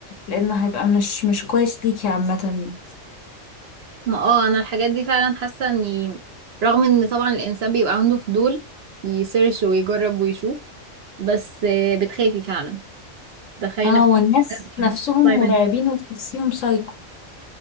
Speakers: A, on the left (about 70°); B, on the right (about 60°).
A: لأن هيبقى مش مش كويس ليكي عامة
B: ما اه انا الحاجات دي فعلا حاسه اني رغم ان طبعا الانسان بيبقى عنده فضول يسيرش ويجرب ويشوف بس آه، بتخافي فعلا تخيلي
A: اه
B: نفسك
A: والناس
B: مش
A: نفسهم
B: عارفه تطلعي منها
A: مرعبين وتحسيهم سايكو